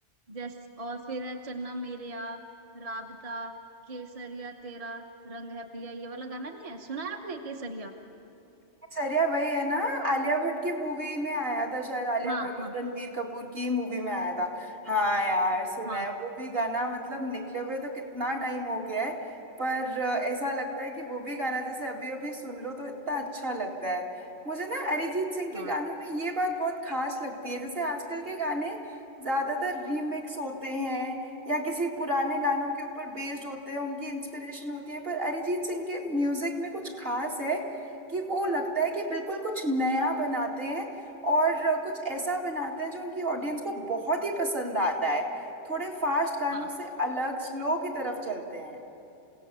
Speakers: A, on the right; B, on the right.
A: जैस और फिर है चन्ना मेरेया राबता केसरिया तेरा रंग है पिया ये वाला गाना नहीं है सुना है आपने केसरिया
B: दिनचर्या वही है ना आलिया भट्ट की मूवी में आया था शायद आलिया
A: हाँ
B: भट्ट और
A: हाँ
B: रणबीर कपूर की मूवी में आया था हाँ यार सुना
A: हाँ
B: है वो भी गाना मतलब निकले हुए तो कितना टाइम हो गया है पर अ, ऐसा लगता है कि वो भी गाना जैसे अभी अभी सुन लो तो इतना अच्छा लगता है मुझे ना अरिजीत सिंह के
A: हाँ
B: गाने में ये बात बहुत खास लगती है जैसे आजकल के गाने ज्यादातर रीमिक्स होते हैं या किसी पुराने गानों के ऊपर बेस्ड होते हैं उनकी इंस्पिरेशन होती है पर अरिजीत सिंह के म्यूजिक में कुछ खास है कि वो लगता है कि बिल्कुल कुछ नया बनाते हैं और कुछ ऐसा बनाते हैं जो उनकी ऑडियंस को बहुत ही पसंद आता है थोड़े फास्ट गानों
A: हाँ
B: से अलग स्लो की तरफ चलते हैं